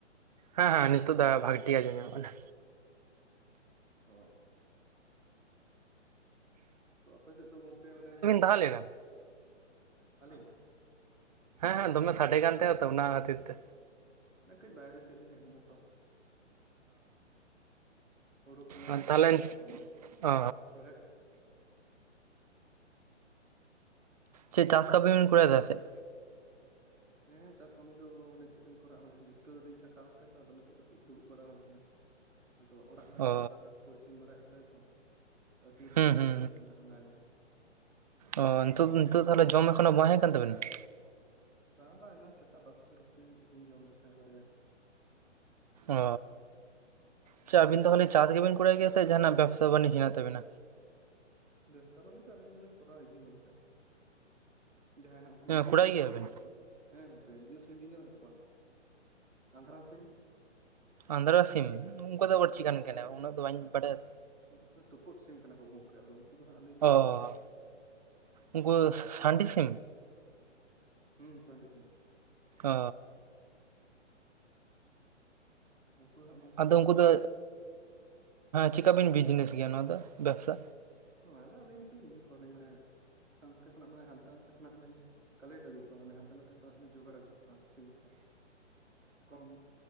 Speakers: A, on the right; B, on the right.
A: ᱦᱮᱸ ᱦᱮᱸ ᱱᱤᱛᱳᱜ ᱫᱚ ᱵᱷᱟᱹᱜᱤ ᱴᱷᱤᱠ ᱟᱡᱚᱢ ᱧᱟᱢᱚᱜ ᱠᱟᱱᱟ᱾
B: ᱚᱻ ᱛᱚ ᱟᱯᱮᱥᱮᱫ ᱫᱚ ᱜᱚᱝᱠᱮ ᱢᱟᱱᱮ
A: <unintelligible>
B: ᱟᱞᱤᱧ,
A: ᱦᱮᱸ ᱦᱮᱸ ᱫᱚᱢᱮ ᱥᱟᱰᱮ ᱠᱟᱱ ᱛᱟᱦᱮᱸᱜ ᱟᱛᱚ ᱚᱱᱟ ᱠᱷᱟᱹᱛᱤᱨ ᱛᱮ᱾
B: ᱚᱱᱮ ᱠᱟᱹᱡ ᱵᱟᱭᱨᱮ ᱥᱮᱫ ᱞᱤᱧ ᱦᱮᱡ ᱱᱟᱛᱚ᱾ ᱦᱩᱲᱩ ᱠᱚ ᱧᱮᱞᱟᱜ
A: ᱚᱻ
B: ᱦᱩᱭᱩᱜ
A: ᱛᱟᱦᱞᱮ
B: ᱠᱟᱱᱟ ᱛᱚ ᱢᱟᱱᱮ
A: ᱚᱻ,
B: ᱦᱮᱲᱦᱮᱫ
A: ᱪᱮᱫ ᱪᱟᱥ ᱠᱟᱢᱤ ᱵᱤᱱ ᱠᱚᱨᱟᱣ ᱫᱟ ᱥᱮ ᱪᱮᱫ?
B: ᱦᱮᱸ ᱪᱟᱥ ᱠᱟᱹᱢᱤ ᱫᱚ ᱢᱟᱱᱮ ᱪᱮᱫ ᱞᱤᱧ ᱠᱚᱨᱟᱣᱼᱟ ᱢᱟᱱᱮ ᱵᱷᱤᱛᱟ ᱞᱤᱧ ᱪᱷᱟᱴᱟᱣ ᱠᱮᱫᱼᱟ ᱛᱚ ᱟᱫᱚ ᱱᱤᱛᱚᱜ ᱫᱷᱟᱵᱤᱡ ᱫᱩᱲᱩᱵ ᱵᱟᱲᱟ ᱦᱩᱭ ᱠᱟᱱᱟ ᱾ ᱟᱫᱚ ᱚᱲᱟᱜ ᱨᱮ
A: ᱚ
B: ᱦᱟᱸᱜ ᱫᱟᱠᱟ ᱠᱚᱠᱚ ᱤᱥᱤᱱ ᱵᱟᱲᱟᱭᱮᱫ ᱛᱟᱞᱮᱭᱟ ᱛᱚ ᱟᱫᱚ ᱛᱤᱨ ᱨᱮᱠᱚ
A: ᱦᱩᱸ
B: ᱟᱹᱜᱩ
A: ᱦᱩᱸ
B: ᱟᱹᱞᱤᱧ ᱠᱟᱱᱟ ᱦᱟᱸᱜ ᱚᱱᱟᱜ ᱜᱮ ᱦᱟᱸᱜ ᱾
A: ᱚ ᱱᱤᱛ ᱱᱤᱛᱳᱜ ᱛᱟᱦᱚᱞᱮ ᱡᱚᱢ ᱮᱠᱷᱚᱱᱳ ᱵᱟᱝ ᱦᱩᱭ ᱠᱟᱱ ᱛᱟᱵᱮᱱᱟ ᱾
B: ᱵᱟᱝ ᱵᱟᱝ ᱮᱱᱟᱝ ᱥᱮᱛᱟᱜ ᱵᱟᱥᱠᱮ ᱨᱩᱴᱤ ᱞᱤᱧ ᱡᱚᱢ ᱞᱮᱫ ᱛᱟᱦᱮᱸᱫ ᱵᱟᱨᱭᱟ ᱾
A: ᱚᱻ ᱟᱪᱪᱷᱟ ᱟᱹᱵᱤᱱ ᱫᱚ ᱛᱟᱦᱳᱞᱮ ᱪᱟᱥ ᱜᱮᱵᱤᱱ ᱠᱚᱨᱟᱣ ᱜᱮᱭᱟ ᱥᱮ ᱡᱟᱦᱟᱱᱟᱜ ᱵᱮᱵᱽᱥᱟ ᱵᱟᱱᱤᱡᱽ ᱢᱮᱱᱟᱜ ᱛᱟᱵᱤᱱᱟ?
B: ᱵᱮᱵᱽᱥᱟ ᱵᱟᱱᱤᱡᱽ ᱫᱚ ᱟᱹᱞᱤᱧ ᱫᱚ ᱠᱚᱨᱟᱣᱮᱫ ᱜᱚᱝᱠᱮ ᱾ ᱡᱟᱦᱟᱸᱭ ᱩᱱᱠᱩ ᱤᱭᱟᱹ
A: ᱠᱚᱨᱟᱣ
B: ᱥᱤᱢ
A: ᱜᱮᱭᱟᱵᱤᱱ
B: ᱵᱤᱱ ᱧᱮᱞ ᱠᱟᱫ ᱠᱚᱣᱟ ᱦᱮᱸ ᱜᱚᱝᱠᱮ ᱤᱭᱟᱹ ᱥᱤᱢ ᱵᱤᱱ ᱧᱮᱞ ᱠᱟᱫ ᱠᱚᱣᱟ, ᱟᱸᱫᱷᱨᱟ ᱥᱤᱧ?
A: ᱟᱸᱫᱷᱨᱟ ᱥᱤᱢ ᱚᱱᱠᱟ ᱫᱚ ᱟᱵᱟᱨ ᱪᱤᱠᱟᱱ
B: ᱯᱷᱟᱭᱴᱟᱨ
A: ᱠᱟᱱᱟ ᱩᱱᱟᱹᱜ ᱫᱚ ᱵᱟᱹᱧ ᱵᱟᱰᱟᱭᱟ᱾
B: ᱩᱱᱠᱩ ᱫᱚ ᱛᱩᱯᱩᱫ ᱥᱤᱢ ᱠᱟᱱᱟ ᱠᱚ ᱜᱚᱢᱠᱮ ᱟᱫᱚ ᱩᱱᱠᱩ ᱫᱚ ᱦᱟᱸᱜ ᱟᱹᱞᱤᱧ ᱫᱚ ᱦᱟᱸᱜ
A: ᱚ ᱩᱱᱠᱩ ᱫᱚ ᱥᱟᱱᱰᱤ ᱥᱤᱢ?
B: ᱦᱩᱸ ᱥᱟᱱᱰᱤ ᱥᱤᱢ ᱾
A: ᱚᱻ ᱾
B: ᱩᱱᱠᱩ ᱫᱚ ᱦᱟᱜ
A: ᱟᱫᱚ ᱩᱱᱠᱩ ᱫᱚ ᱪᱮᱠᱟᱵᱤᱱ ᱵᱤᱡᱽᱱᱮᱥ ᱜᱮᱭᱟ ᱱᱚᱣᱟ ᱫᱚ ᱵᱮᱵᱥᱟ?
B: ᱟᱫᱚ ᱟᱹᱞᱤᱧ ᱤᱭᱟᱹ ᱠᱚᱣᱟᱞᱤᱧ ᱢᱟᱱᱮ ᱦᱟᱱᱛᱮ ᱠᱷᱚᱱᱟᱜ ᱢᱟᱱᱮ ᱦᱟᱱᱛᱮ ᱱᱟᱛᱮ ᱠᱷᱚᱱᱟᱜ ᱞᱤᱧᱼᱼᱼ ᱠᱟᱞᱮᱴ ᱟᱹᱜᱩ ᱠᱚᱣᱟ ᱢᱟᱱ ᱦᱟᱱᱛᱮ ᱱᱟᱛᱮ ᱠᱷᱚᱱ ᱡᱳᱜᱟᱲ ᱟᱜᱩᱠᱚᱣᱟ ᱥᱤᱢᱠᱚ ᱾
A: <inaudible>
B: ᱠᱚᱢ